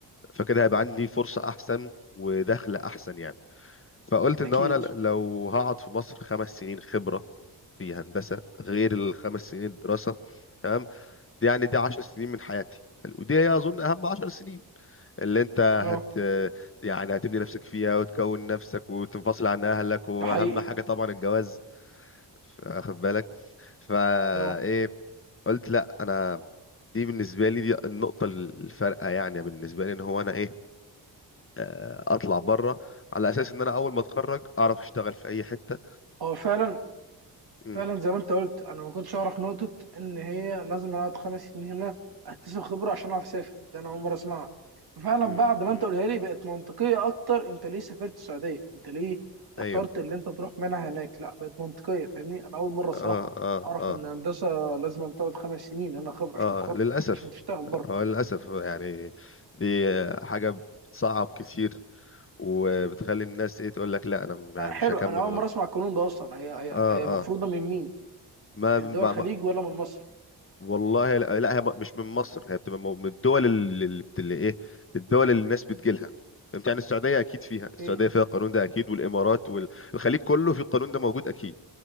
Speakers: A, on the left; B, on the right.
A: فكده هيبقى عندي فرصه احسن ودخل احسن يعني فقلت ان
B: اكيد
A: هو انا لو هقعد في مصر خمس سنين خبره في هندسه غير الخمس سنين الدراسه تمام دي يعني دي 10 سنين من حياتي حلو. ودي هي اظن اهم 10 سنين اللي انت
B: اه
A: هت يعني هتبني نفسك فيها وتكون نفسك وتنفصل عن اهلك واهم
B: ده حقيقي
A: حاجه طبعا الجواز واخد بالك فا
B: اه
A: ايه قلت لا انا دي بالنسبه لي دي النقطه الفارقه يعني بالنسبه لي ان هو انا ايه آه، اطلع بره على اساس ان انا اول ما اتخرج اعرف اشتغل في اي حته
B: هو فعلا
A: م-
B: فعلا زي ما انت قلت انا ما كنتش اعرف نقطه ان هي لازم اقعد خمس سنين هنا اكتسب خبره عشان اعرف اسافر ده انا اول مره اسمعها فعلا
A: م-
B: بعد ما
A: م.
B: انت قولها لي بقت منطقيه اكتر انت ليه سافرت السعوديه انت ليه اخترت
A: ايوه
B: اللي انت تروح منها هناك لا بقت منطقيه فاهمني انا اول مره الصراحه
A: اه اه
B: اعرف
A: اه
B: ان هندسه لازم تقعد خمس سنين هنا خبره
A: اه
B: عشان تتخرج
A: للاسف
B: عشان تشتغل بره
A: هو للاسف يعني دي حاجه بتصعب كتير وبتخلي الناس ايه تقول لك لا انا م- يعني
B: آه، حلو
A: مش هكمل
B: انا اول
A: في مصر.
B: مره اسمع القانون ده اصلا هي هي
A: اه
B: هي مفروضه
A: اه
B: من مين
A: ما,
B: من
A: ما,
B: دول الخليج
A: ما
B: ولا من مصر
A: والله لا, لا هي م- مش من مصر هي بتبقى مو- من الدول اللي, اللي بت- اللي ايه الدول اللي الناس بتجيلها انت يعني السعوديه اكيد فيها
B: اوكي
A: السعوديه فيها القانون ده اكيد والامارات والخليج كله في القانون ده موجود اكيد